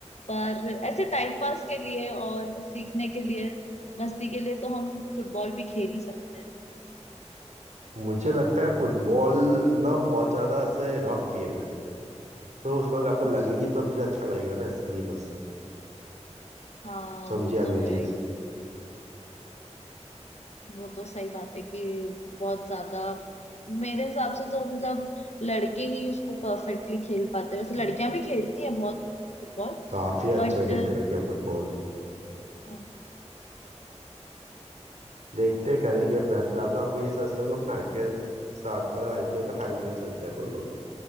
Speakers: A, on the left; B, on the right.
A: पर ऐसे टाइम पास के लिए और सीखने के लिए मस्ती के लिए तो हम फुटबॉल भी खेल ही सकते हैं
B: मुझे लगता है फुटबॉल ना बहुत ज्यादा ऐसे रफ गेम है तो उसमें अगर आपको लगेगी
A: अच्छा
B: तो मुझे अच्छा लगेगा ना इसलिए बस
A: हाँ
B: समझिए
A: वो
B: आप
A: तो
B: ये
A: है
B: चीज
A: वो तो सही बात है कि बहुत ज्यादा मेरे हिसाब से तो मतलब लड़के ही उसको परफेक्टली खेल पाते हैं वैसे लड़कियां भी खेलती हैं बहुत फुटबॉल
B: काफी अच्छा
A: बट
B: खेलते हैं लड़कियां फुटबॉल
A: हाँ
B: देखते हैं, करेंगे
A: but-
B: प्लान फिलहाल तो आपको ये सर्च करूंगा अपना आईपीएल स्टार्ट मतलब आईपीएल का फाइनल लेके चलते हैं अपन लोग